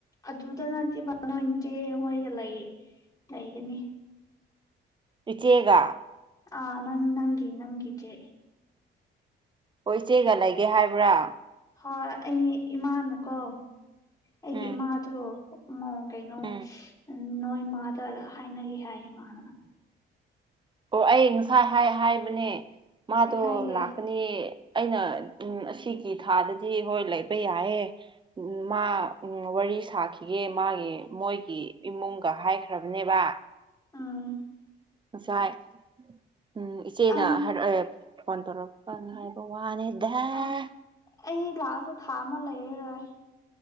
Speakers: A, on the left (about 20°); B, on the right (about 25°).
A: ꯑꯗꯨꯗ ꯅꯠꯇꯦꯕ ꯅꯣꯏ ꯆꯦ ꯍꯣꯏꯒ ꯂꯩ ꯂꯩꯒꯅꯤ
B: ꯏꯆꯦꯒ
A: ꯑ ꯅꯪ ꯅꯪꯒꯤ ꯅꯪꯒꯤ ꯆꯦ
B: ꯍꯣꯏ ꯏꯆꯦꯒ ꯂꯩꯒꯦ ꯍꯥꯏꯕ꯭ꯔꯥ
A: ꯍꯣꯏ ꯑꯩ ꯏꯃꯥꯅꯀꯣ ꯑꯩꯒꯤ
B: ꯎꯝ
A: ꯏꯃꯥꯗꯣ ꯃ ꯀꯩꯅꯣ
B: ꯎꯝ
A: ꯅꯣꯏ ꯃꯥꯗ ꯍꯥꯏꯅꯒꯦ ꯍꯥꯏꯌꯦ ꯃꯥꯅ
B: ꯑꯣ ꯑꯩ ꯉꯁꯥꯏ ꯍꯥꯏ ꯍꯥꯏꯕꯅꯦ ꯃꯥꯗꯣ
A: ꯀꯩ ꯍꯥꯏꯒꯦ
B: ꯂꯥꯛꯀ ꯅꯤ ꯑꯩꯅ ꯑꯁꯤꯒꯤ ꯊꯥꯗꯗꯤ ꯍꯣꯏ ꯂꯩꯕ ꯌꯥꯏꯌꯦ ꯃꯥ ꯋꯥꯔꯤ ꯁꯥꯈꯤꯒꯦ ꯃꯥꯒꯤ ꯃꯣꯏꯒꯤ ꯏꯃꯨꯡꯒ ꯍꯥꯏꯈ꯭ꯔꯕꯅꯦꯕ
A: ꯑꯥ
B: ꯉꯁꯥꯏ ꯎꯝ ꯏꯆꯦꯅ
A: ꯑꯥ
B: ꯍꯥꯏꯔꯛꯑꯦ ꯐꯣꯟ ꯇꯧꯔꯛꯄ ꯀꯥꯟ ꯍꯥꯏꯕ ꯋꯥꯅꯤ ꯗꯍ <unintelligible>
A: ꯑꯥ ꯑꯩ ꯂꯥꯑꯁꯨ ꯊꯥ ꯑꯃ ꯂꯩꯔꯔꯣꯏ